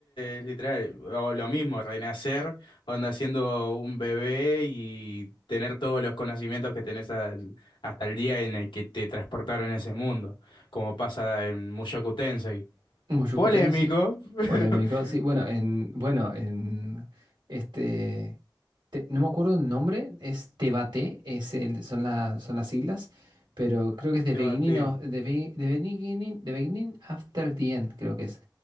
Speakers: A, on the left; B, on the right.
A: es literal, o lo mismo, renacer, onda siendo un bebé y tener todos los conocimientos que tenés al- hasta el día en el que te transportaron a ese mundo, como pasa en Mushoku Tensei.
B: Muy Moyucutense,
A: Polémico. <laughs>
B: polémico. Sí, bueno, en, bueno, en este, te- no me acuerdo el nombre, es Tebate, es el, son, la- son las siglas, pero creo que es The
A: Debate.
B: Beginning of, The, Be- The Beginning, The Beginning After the End, creo que es.